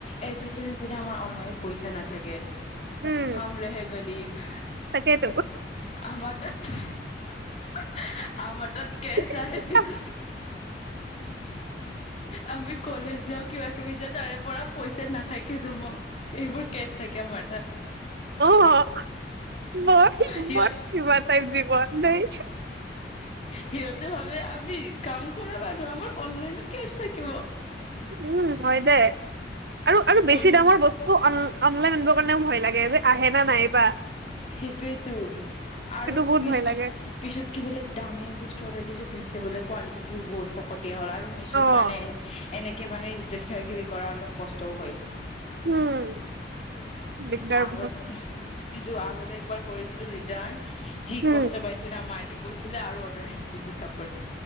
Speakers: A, on the left (about 35°); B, on the right (about 65°).
A: এব্ৰিটাইম <unintelligible> এপি আমাৰ অনলাইন পইচা নাথাকে
B: উম
A: হম ৰেহে গৰিব
B: তাকেইতো।
A: আমাৰ তাত আমাৰ তাত কেচ
B: ঠিকে
A: আহে
B: কৈছা।
A: বিকচ আমি কলেজ যাওঁ কিবা কিবি যাওঁ তাৰে পৰা পইচা নাখাইকে জমাও এইবোৰ কেচ থাকে আমাৰ তাত
B: অ' ম
A: সিহঁত
B: ম বাতাই দ দি বন দাইছে <unintelligible> <unintelligible>
A: সিহঁতে ভাবে আমি কাম কৰা মানুহ আমাৰ অনলাইনত কেচ থাকিব
B: উম' হয় দে। আৰু আৰু বেছি
A: মই
B: দামৰ বস্তু অন অনলাইন আনিবৰ কাৰণেও ভয় লাগে যে আহে নে নাহে বা
A: সেইটোৱেইটো আৰু
B: বহুত
A: পি
B: ভয় লাগে
A: পিছত কি বোলে দামী বস্তু অৰ্ডাৰ দিছো পিছত সেই বোলে কোৱালিটিটো বহুত ফকতিয়া। দিয়া হ'ল আৰু মেশ্যত
B: অ'।
A: মানে এনেকে মানে ৰিটাৰ্ণ কিবা কিবি কৰা অলপ কষ্টও হয়।
B: উম' দিগদাৰ
A: আগত
B: বহুত
A: কিন্তু আগতে একবাৰ কৰিছিলো ৰিটাৰ্ণ কি
B: উম,
A: কষ্ট পাইছে না মায়টো কৈছিলে আৰু অৰ্ডাৰ দিবি কাপোৰ